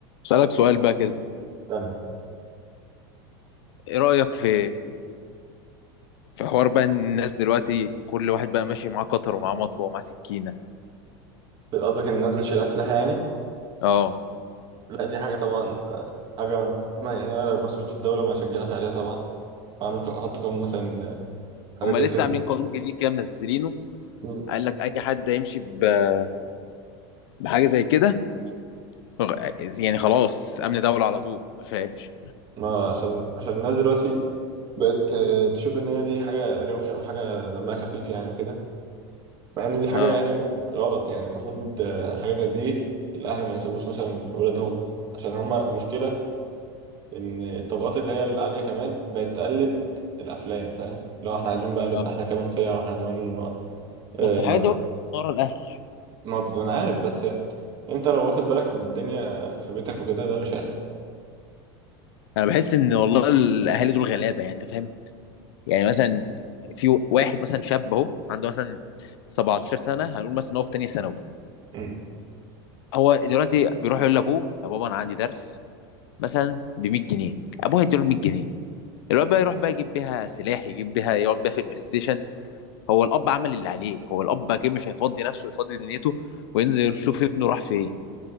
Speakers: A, on the left (about 80°); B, on the right (about 35°).
A: اسالك سؤال بقى كده
B: يعني
A: ايه رايك في في حوار بقى ان الناس دلوقتي كل واحد بقى ماشي معاه قطر ومعاه مطوه ومعاه سكينه
B: قصدك ان الناس بتشيل اسلحه يعني
A: اه
B: لا دي حاجه طبعا آه، حاجه ما يعني انا لو مسؤول في الدوله ما اشجعش عليها طبعا ما اعمل احط قانون مثلا آه، حاجه
A: هما
B: زي
A: لسه
B: كده
A: عاملين قانون جديد كده منزلينه
B: مم.
A: قال لك اي حد هيمشي ب- بحاجه زي كده غ- يعني خلاص امن دوله على طول ما فيهاش
B: ما عشان عشان الناس دلوقتي بقت آه، تشوف ان هي دي حاجه روشه وحاجه دمها خفيف يعني وكده مع ان دي حاجه
A: اه
B: يعني غلط يعني المفروض آه، حاجه زي دي الاهل ما يسيبوش مثلا اولادهم عشان هما المشكله ان الطبقات اللي هي العاليه كمان بقت تقلد الافلام فاهم لو احنا عايزين بقى نبقى
A: اه
B: احنا كمان صيع واحنا كمان آه،
A: بس الحاجات
B: ما
A: دي برضه ورا الاهل
B: ما ما انا عارف بس انت لو واخد بالك من الدنيا في بيتك وكده ده مش هيحصل
A: انا بحس ان والله الاهالي دول غلابه يعني انت فاهم يعني مثلا في واحد مثلا شاب اهو عنده مثلا 17 سنه هنقول مثلا إن هو في تانيه ثانوي
B: مم.
A: هو دلوقتي بيروح يقول لابوه يا بابا انا عندي درس مثلا ب 100 جنيه ابوه هيديله 100 جنيه الواد بقى يروح بقى يجيب بيها سلاح يجيب بيها يقعد بيها في البلاي ستيشن هو الاب عمل اللي عليه هو الاب اكيد مش هيفضي نفسه يفضي دنيته وينزل يشوف ابنه راح فين